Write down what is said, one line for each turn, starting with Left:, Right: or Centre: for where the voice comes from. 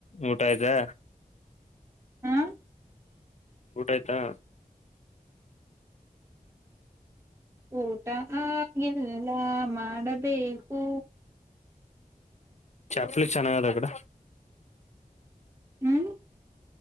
Left: ಊಟ ಆಯ್ತಾ
Right: ಹಾ
Left: ಊಟ ಆಯ್ತಾ
Right: ಊಟ ಆಗಿಲ್ಲ ಮಾಡಬೇಕು
Left: ಚಪ್ಲಿ ಚೆನ್ನಾಗಿದ ಅಕ್ಕಡ
Right: ಹ್ಮ್